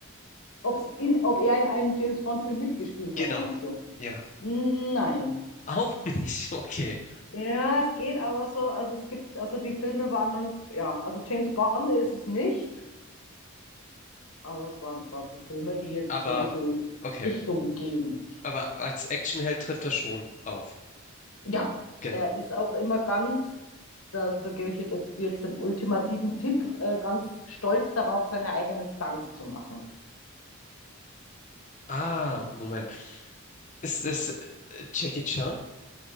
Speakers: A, on the left; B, on the left.
A: Ob's in, ob er in einem James Bond-Film mitgespielt
B: Genau.
A: hat, meinst du?
B: Ja.
A: Nein.
B: Auch nicht. <laughs> Okay.
A: Ja, es geht aber so, also es gibt, also die Filme waren dann, ja, also James Bond ist es nicht, aber es waren ein paar so Filme, die jetzt
B: Aber,
A: so ein bisschen
B: okay.
A: Richtung gehen.
B: Aber als Actionheld trifft er schon auf.
A: Ja,
B: Genau.
A: er ist auch immer ganz, also gebe ich dir jetzt den ultimativen Tipp, äh, ganz stolz darauf, seine eigenen Stunts zu machen.
B: Ah, Moment. Ist es äh, Jackie Chan?